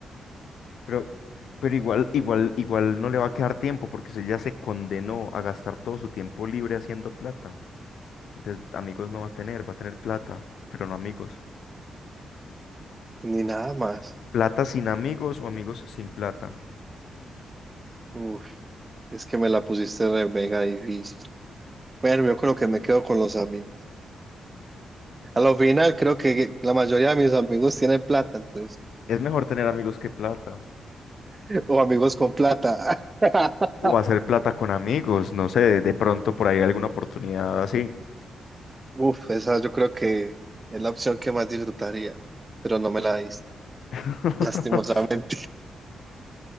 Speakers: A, on the left; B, on the right.
A: Pero, pero igual, igual, igual no le va a quedar tiempo porque usted ya se condenó a gastar todo su tiempo libre haciendo plata. Entonces, amigos no va a tener, va a tener plata, pero no amigos.
B: ni nada más.
A: Plata sin amigos o amigos sin plata.
B: Uf, es que me la pusiste re mega difícil. Bueno, yo creo que me quedo con los amigos. A lo final, creo que la mayoría de mis amigos tienen plata, entonces,
A: Es mejor tener amigos que plata.
B: <laughs> o amigos con plata. <laughs>
A: O hacer plata con amigos. No sé, de pronto por ahí alguna oportunidad así.
B: Uf, esa yo creo que es la opción que más disfrutaría, pero no me la diste,
A: <laughs>
B: lastimosamente.